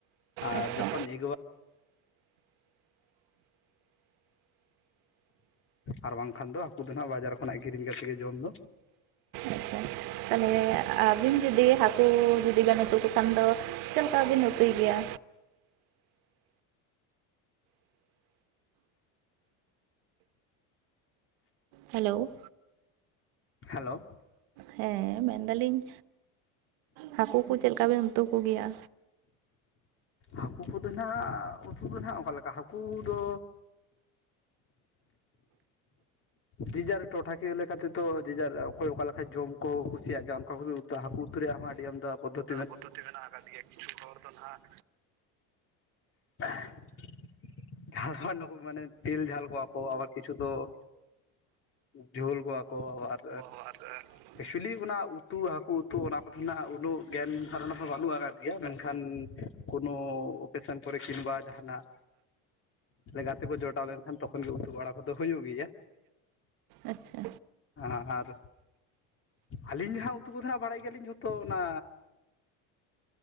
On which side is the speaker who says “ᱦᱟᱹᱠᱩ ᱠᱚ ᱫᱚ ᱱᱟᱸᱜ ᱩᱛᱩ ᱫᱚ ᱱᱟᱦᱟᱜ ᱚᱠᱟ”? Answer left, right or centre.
Left